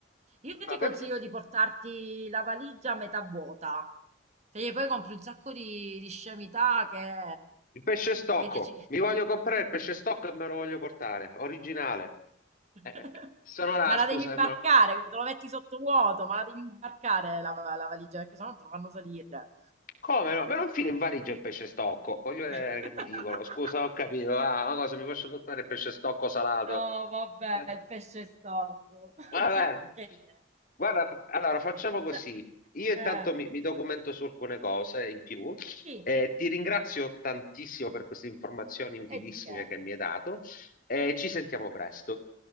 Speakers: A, on the right; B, on the left.
A: Io
B: Ah,
A: ti consiglio
B: per-
A: di portarti la valigia a metà vuota, perché poi compri un sacco di, di scemità che,
B: Il pesce stocco.
A: che dici...
B: Mi voglio comprare il pesce stocco e me lo voglio portare. Originale.
A: <laughs>
B: Eh, eh, sono là,
A: Ma la
B: scusa,
A: devi imbarcare, te lo metti sottovuoto, ma la devi imbarcare la, va- la valigia, perché sennò non te lo fanno salire.
B: Come no? Me lo infilo in valigia il pesce stocco. Voglio vedere
A: <laughs>
B: che mi dicono. Scusa, ho capito. Ah, ma cosa mi posso portare il pesce stocco salato?
A: No, vabbè,
B: Eh,
A: il pesce storto. <laughs>
B: Va bene.
A: Che idea.
B: Guarda, f- allora facciamo così.
A: Cioè,
B: Io intanto
A: eh,
B: mi, mi documento su alcune cose in più.
A: sì,
B: Eh, ti ringrazio tantissimo per queste informazioni utilissime
A: e di che?
B: che mi hai dato e ci sentiamo presto.